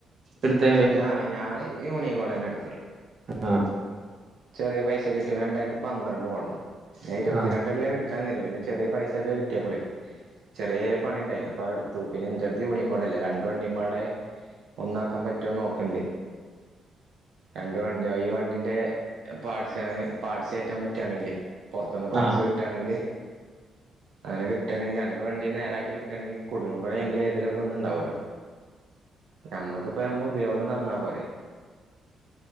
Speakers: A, on the right (about 45°); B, on the right (about 70°).
A: എടുത്ത
B: ഞാന് ഞാന് യൂണികോണ് തന്നെയാ എടുത്തേ
A: ആ
B: ചെറിയ പൈസക്ക് കിട്ടി രണ്ടായിരത്തി പന്ത്രണ്ട് മോഡലാ ഞാൻ ഇരുപത്തി
A: ആഹ്
B: രണ്ടല്ല എടു കഴിഞ്ഞില്ലേ പിന്നെ ചെറിയ പൈസക്ക് കിട്ടിയപ്പോളെ ചെറിയ പണിയുണ്ടായിനു അപ്പൊ അതെടുത്തു പിന്നെ എന്റടുത്തും യുണിക്കോണല്ലേ രണ്ടും വണ്ടിയമ്പാടെ ഒന്നാക്കാൻ പറ്റുമോന്ന് നോക്കിൻണ്ട് രണ്ടു വണ്ടിയും ഈ വണ്ടിന്റെ പാർട്സ് പാർട്സ് കേറ്റാൻ പറ്റാണെങ്കിലെ പുറത്ത് നിന്ന് പാർട്സ്
A: ആഹ്
B: കിട്ടുവാണെങ്കില് അങ്ങനെ കിട്ടാണെങ്കിൽ രണ്ട് വണ്ടിയും നേരാക്കി എടുക്കാണെങ്കിൽ കുടുങ്ങുമ്പോഴ് ഇതിൽ ഏതേലുമൊക്കെ ഒന്ന് ഇണ്ടാവല്ലോ നമ്മക്ക് ഇപ്പോ നമ്മടെ ഉപയോഗം നടന്നാ പോരെ